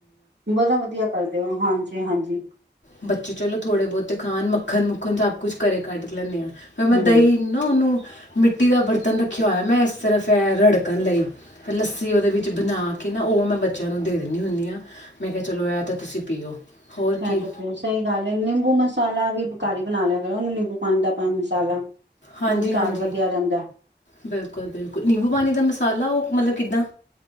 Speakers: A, on the right; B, on the left.
A: ਬਹੁਤਾ ਵਧੀਆ ਕਰਦੇ ਹੋ ਹਾਂਜੀ ਹਾਂਜੀ
B: ਬੱਚੇ ਚਲੋ ਥੋੜ੍ਹੇ ਬਹੁਤੇ ਖਾਣ ਮੱਖਣ ਮੁੱਖਣ ਸਭ ਕੁਛ ਘਰੇ ਕੱਢ ਲੈਂਦੇ ਹਾਂ ਫਿਰ
A: ਹੂੰ,
B: ਮੈ ਦਹੀਂ ਨਾ ਉਹਨ ਮਿੱਟੀ ਦਾ ਬਰਤਨ ਰੱਖਿਆ ਹੋਇਆ ਮੈਂ ਇਸ ਤਰਫ ਇਹ ਰੜਕਣ ਲਈ ਫ ਲੱਸੀ ਉਹਦੇ ਵਿੱਚ ਬਣਾ ਕੇ ਨਾ ਉਹ ਮੈਂ ਬੱਚਿਆਂ ਨੂੰ ਦੇ ਦਿੰਦੀ ਹੁੰਦੀ ਹਾਂ ਮੈਂ ਕਿਹਾ ਚਲੋ ਐ ਤਾਂ ਤੁਸੀਂ ਪੀਓ ਹੋਰ ਕੀ
A: ਇਹ ਤੇ ਬਹੂਤ ਸਹੀ ਗੱਲ ਹੈ ਨਿੰਬੂ ਮਸਾਲਾ ਵੀ ਘਰ ਹੀ ਬਣਾ ਲਿਆ ਕਰੋ ਉਹਨੂੰ ਨਿੰਬੂ ਪਾਣੀ ਦਾ ਪਾ ਮਸਾਲਾ
B: ਹਾਂਜੀ
A: ਉਹ ਵੀ
B: ਹਾਂਜੀ
A: ਘਰ ਵਧੀਆ ਰਹਿੰਦਾ
B: ਬਿਲਕੁਲ ਬਿਲਕੁਲ ਨਿੰਬੂ ਪਾਣੀ ਦਾ ਮਸਾਲਾ ਉਹ ਮਤਲਬ ਕਿੱਦਾਂ